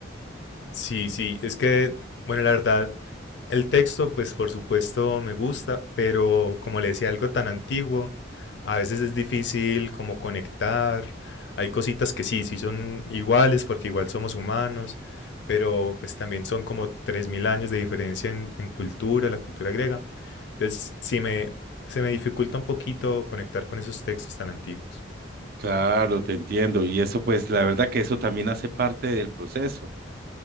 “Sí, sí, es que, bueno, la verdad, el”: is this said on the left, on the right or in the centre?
Left